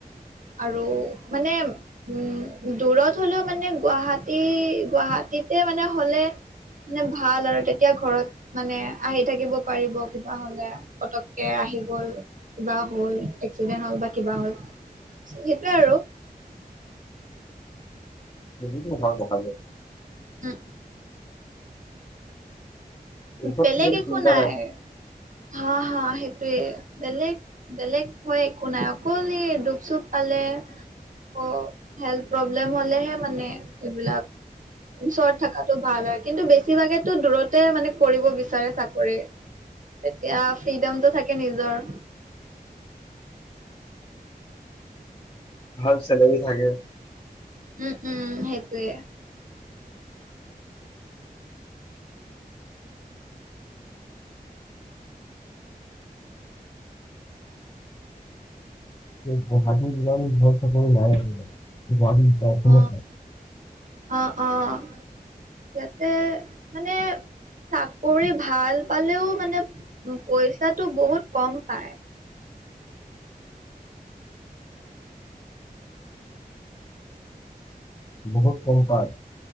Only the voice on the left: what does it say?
সেটোটো হয় বকালে
ওচৰত
থাকিলে
চিন্তা
ভাল চেলেৰী থাকে।
এ গুৱাহাটীৰ ইমান ভাল চাকৰি নাই আজিকালি গুৱাহাটী <unintelligible> অসমত
নাই।
বহুত কম পায়।